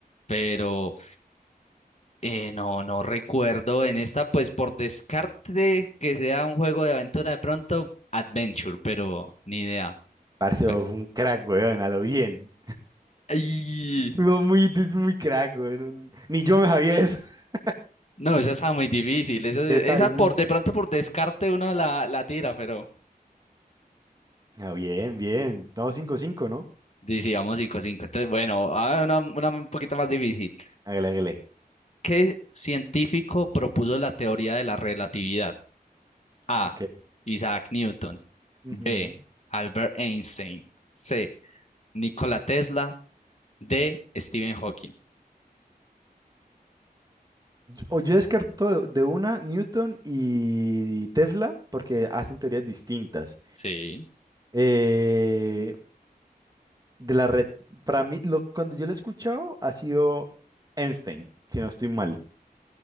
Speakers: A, on the left; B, on the right.
A: Pero eh, no, no recuerdo en esta, pues por descarte que sea un juego de aventura de pronto, Adventure, pero ni idea.
B: Parce,
A: Fue-
B: vos fue un crack, weón, a lo bien.
A: Ay.
B: Fue muy, de- muy crack, weón. Ni yo me sabía eso. <laughs>
A: No, esa está muy difícil. Esa,
B: Ya
A: esa
B: está ahí.
A: por de pronto por descarte uno la, la tira, pero
B: Ah, bien, bien. No, cinco cinco, ¿no?
A: sí, sí, vamos 5 cinco. Entonces, bueno, ah, una, una un poquito más difícil.
B: Hágale, hágale.
A: ¿Qué científico propuso la teoría de la relatividad? A.
B: Ok.
A: Isaac Newton.
B: Ujú.
A: B. Albert Einstein. C. Nikola Tesla. D. Stephen Hawking.
B: O yo descarto de de una Newton y Tesla porque hacen teorías distintas.
A: Sí,
B: Eh, de la red, para mí, lo, cuando yo lo he escuchado, ha sido Einstein, si no estoy mal.